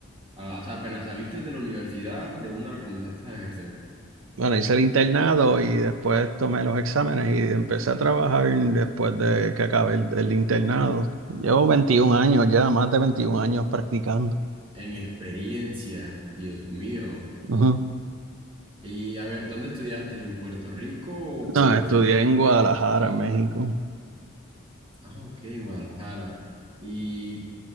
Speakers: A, on the right; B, on the right.
A: Ah, o sea, apenas saliste de la universidad, de una la comenzaste a ejercer.
B: Bueno, hice el internado y después tomé los exámenes y empecé a trabajar después de que acabé el, el internado. Llevo 21 años ya, más de 21 años practicando.
A: En experiencia, Dios mío.
B: Ujú.
A: Y a ver, ¿dónde estudiaste? ¿En Puerto Rico o
B: No,
A: en
B: estudié en Guadalajara,
A: Estados?
B: México.
A: Ah, ok, en Guadalajara. ¿Y